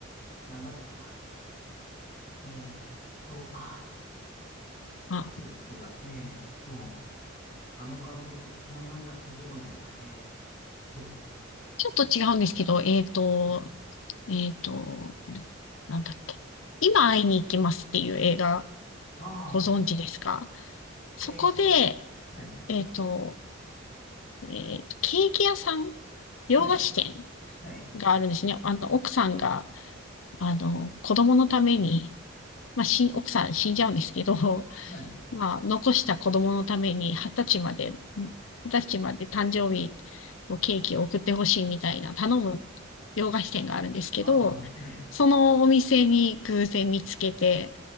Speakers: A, on the left; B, on the left.
A: 何だったかな。ええと、あ、
B: あ
A: そうだ、そうだ。ええと、あの監督、名前が出てこないな。えーっと、
B: ちょっと違うんですけど、えっと、
A: あ、はい。
B: えっと、なんだっけ。今会いに行きますっていう映画、
A: あ
B: ご存知ですかそこで、
A: あ、えー、はい、
B: えっと、えっと、ケーキ屋さん、洋菓子店
A: はい、はい、
B: があるんですね。あの、奥さんが、あの、子供のために、まあ、し、奥さん死んじゃうんですけど、
A: はい。
B: <laughs> まあ、残した子供のために、二十歳まで、うん二十歳まで誕生日のケーキを送ってほしいみたいな頼む洋菓子店があるんですけど、
A: ああ、はい。
B: そのお店に偶然見つけて、